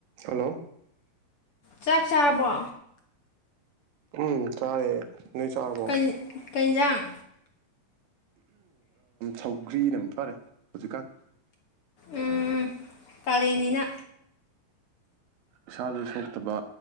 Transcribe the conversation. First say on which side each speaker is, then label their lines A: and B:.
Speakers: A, on the right; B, on the left.
A: ꯍꯂꯣ
B: ꯆꯥꯛ ꯆꯥꯔꯕꯣ
A: ꯎꯝ ꯆꯥꯔꯦ ꯅꯣꯏ ꯆꯥꯔꯕꯣ
B: ꯀꯩ ꯀꯩꯖꯥꯡ
A: ꯁꯧꯒ꯭ꯔꯤꯅ ꯃꯐꯔꯦ ꯍꯧꯖꯤꯛꯀꯥꯟ
B: ꯎꯝ ꯀꯥꯂꯦꯟꯅꯤꯅ
A: ꯏꯁꯥꯁꯨ ꯁꯣꯛꯇꯕ